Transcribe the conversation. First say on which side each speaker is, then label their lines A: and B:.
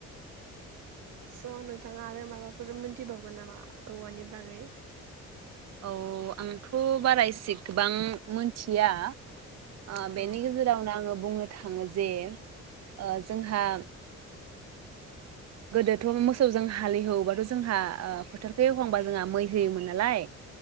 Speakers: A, on the right; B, on the right.
A: स' नोंथाङा आरो माबाफोर मोनथिबावगोन नामा औवानि बागै?
B: औ आंथ' बारासे गोबां मिथिया आ
A: औ
B: बेेनि गेजेरावनाे आं बुंनो थाङो जे ओ जोंहा गोदोथ' मोसौजों हालेववोबाथ' जोंहा ओ फोथारखौ एवखांबा जोंहा मै होयोमोन नालाय